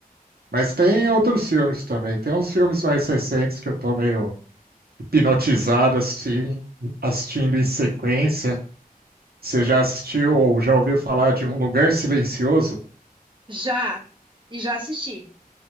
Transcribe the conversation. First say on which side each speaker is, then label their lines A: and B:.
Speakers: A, on the right; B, on the right.
A: Mas tem outros filmes também. Tem uns filmes mais recentes que eu tô meio hipnotizado assisti- assistindo em sequência. Você já assistiu ou já ouviu falar de Um Lugar Silencioso?
B: Já. E já assisti.